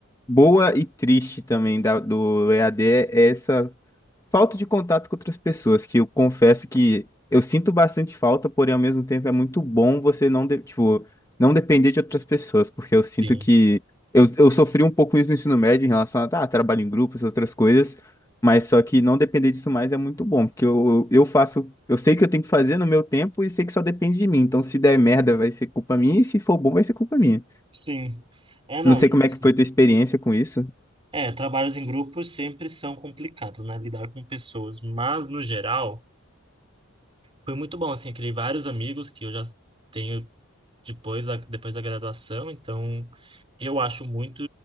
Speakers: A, on the left; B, on the right.
A: boa e triste também da, do EAD é essa Falta de contato com outras pessoas, que eu confesso que eu sinto bastante falta, porém ao mesmo tempo é muito bom você não, de- tipo, não depender de outras pessoas, porque eu sinto
B: sim,
A: que eu, eu sofri um pouco isso no ensino médio em relação a tá, trabalho em grupo, essas outras coisas, mas só que não depender disso mais é muito bom, porque eu, eu faço, eu sei que eu tenho que fazer no meu tempo e sei que só depende de mim, então se der merda vai ser culpa minha e se for bom vai ser culpa minha.
B: sim. É, não,
A: Não sei
B: isso
A: como é que
B: sim.
A: foi tua experiência com isso.
B: É, trabalhos em grupos sempre são complicados, né? Lidar com pessoas. Mas, no geral, foi muito bom, assim. Eu criei vários amigos que eu já tenho depois da, depois da graduação. Então, eu acho muito,